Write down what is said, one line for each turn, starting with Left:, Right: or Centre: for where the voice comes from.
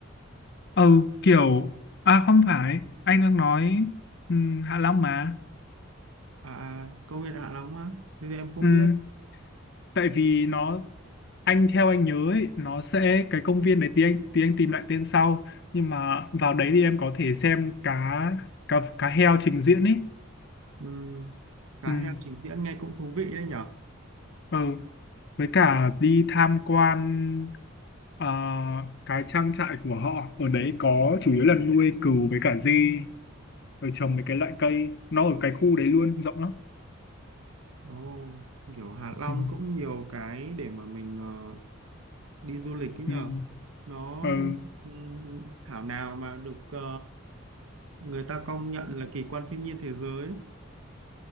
Left: ừ kiểu à không phải anh đang nói ừm, Hạ Long mà
Right: à, à, công viên Hạ Long á thế thì em không
Left: Ừm,
Right: biết
Left: tại vì nó anh theo anh nhớ ấy, nó sẽ cái công viên đấy tí anh tí anh tìm lại tên sau nhưng mà vào đấy thì em có thể xem cá cá cá heo trình diễn ấy
Right: ừ. cá
Left: Ừm,
Right: heo trình diễn nghe cũng thú vị đấy nhở
Left: ừ với cả đi tham quan ờ, cái trang trại của họ ở đấy có chủ yếu là nuôi cừu với cả dê rồi trồng mấy cái loại cây nó ở cái khu đấy luôn rộng lắm
Right: Ồ, kiểu Hạ Long
Left: Ừm,
Right: cũng nhiều cái để mà mình ờ, đi du lịch ấy nhờ
Left: ừm.
Right: nó
Left: Ờ, Ừ.
Right: ừm, thảo nào mà được ờ, người ta công nhận là kỳ quan thiên nhiên thế giới